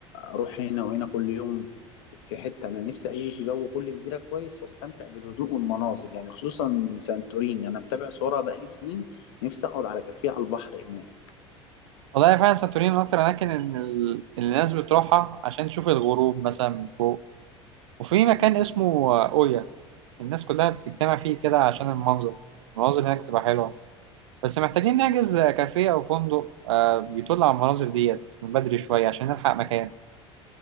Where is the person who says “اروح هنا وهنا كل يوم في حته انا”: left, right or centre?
Left